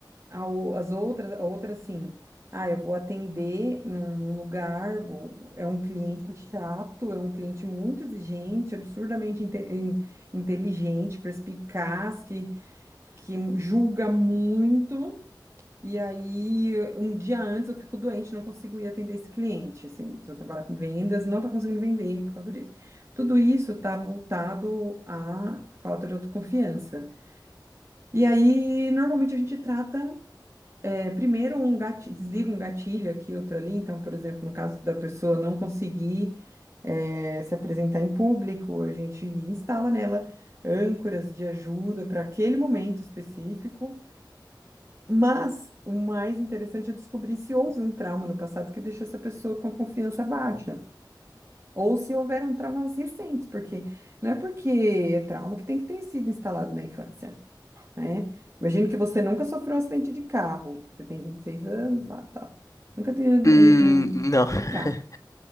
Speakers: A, on the right (about 35°); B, on the left (about 45°).
A: ao- as outras, a outra assim, ah, eu vou atender num lugar, vou- é um cliente chato, é um cliente muito exigente, absurdamente inte- in- inteligente, perspicaz, que, que julga muito. E aí, um dia antes eu fico doente, não consigo ir atender esse cliente. Assim, se eu trabalhar com vendas, não está conseguindo vender por causa disso. Tudo isso está voltado à falta de autoconfiança. E aí, normalmente a gente trata é, primeiro, um gati- desliga um gatilho aqui, outro ali. Então, por exemplo, no caso da pessoa não conseguir é, se apresentar em público, a gente instala nela âncoras de ajuda para aquele momento específico. Mas o mais interessante é descobrir se houve um trauma no passado que deixou essa pessoa com a confiança baixa. Ou se houveram traumas recentes, porque não é porque é trauma que tem que ter sido instalado na infância né? Imagino que você nunca sofreu um acidente de carro. Você tem 26 anos, lá, tá. Nunca teve
B: Hum,
A: um, um um
B: não. <laughs>
A: de carro.